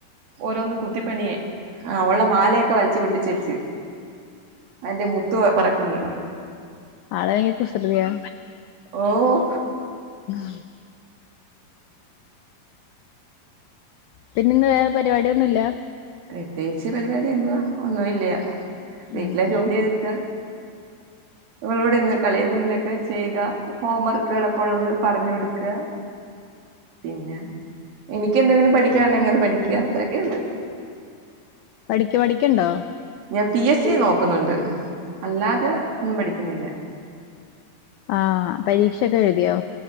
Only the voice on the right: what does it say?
ഓരോന്ന് കുത്തിപ്പണീ ആഹ് ഓളെ മാലയൊക്കെ വലച്ച്പെട്ടിച്ച് വെച്ച് അതിന്റെ മുത്ത് പെ പെറക്ക്ന്ന്
ഓഹ്
പ്രത്യേകിച്ച് പരിവാടി എന്തുവാ ഒന്നുല്ല്യ വീട്ടിലെ
ജോലി ഒതുക്ക നിൾ ഇവിടന്ന് <unintelligible> ചെയ്യുക ഹോം വർക്ക്കളൊക്കെ ഉള്ളത് പറഞ് കൊട്ക്ക പിന്നെ എനിക്ക് എന്തെങ്കിലും പഠിക്കാണ്ടെങ്കി അത് പഠിക്ക അത്രൊക്കെ ഒള്ള്
ഞാ പി എ സ്സി നോക്കുന്നുണ്ട് അല്ലാതെ ഒന്നും പഠിക്കുന്നില്ല